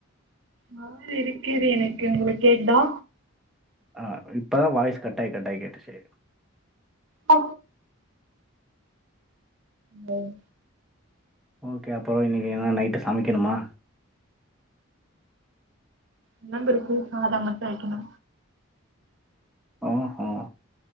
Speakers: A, on the right; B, in the centre.
A: மா இருக்குது எனக்கு உங்களுக் கேக்குதா
B: ஆ இப்பதா வாய்ஸ் கட்டாய் கட்டாய் கேட்டுச்சி
A: அ ம்
B: ஓகே அப்பு இன்னிக்கு என்ன நைட்டு சமைக்கணுமா
A: கொழம்பு இருக்கு சாதம் மட்டு வைக்கணு
B: ஓ ஹோ